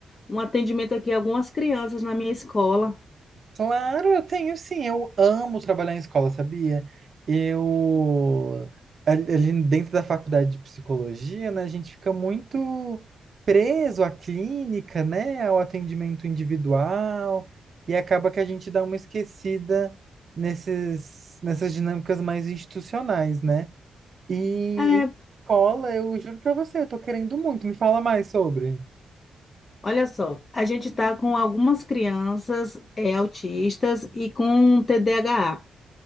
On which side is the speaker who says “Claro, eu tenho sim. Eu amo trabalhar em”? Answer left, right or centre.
Right